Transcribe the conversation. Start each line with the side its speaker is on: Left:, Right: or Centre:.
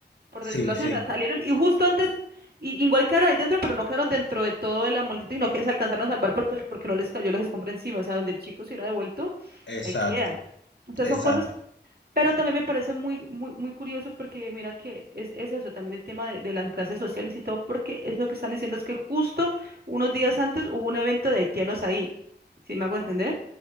Right: por decirlo
Left: Sí,
Right: así,
Left: sí,
Right: o sea, salieron y justo antes, y, igual quedaron ahí dentro, pero no quedaron dentro de todo de la multitud, sino que se alcanzaron a salvar por- por- porque no les cayó la escombros encima, o sea, donde el chico se hubiera devuelto,
Left: exacto,
Right: ahí queda. Entonces
Left: exacto.
Right: son cosas, pero también me parece muy, muy, muy curioso porque mira que es, es eso, también el tema de, de las clases sociales y todo, porque es lo que están diciendo es que justo unos días antes hubo un evento de haitianos ahí, ¿sí me hago entender?